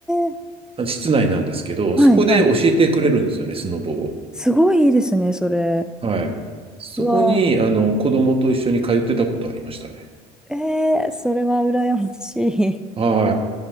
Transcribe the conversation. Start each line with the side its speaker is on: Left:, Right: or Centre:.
Centre: え、
Right: あ室内なんですけど、
Centre: はいはい。
Right: そこで教えてくれるんですよね、スノボを。
Centre: すごいいいですね、それ。
Right: はい。そこに、
Centre: うわ、
Right: あの、子供と一緒に通ってたことありましたね。
Centre: えー、それは羨ましい。
Right: は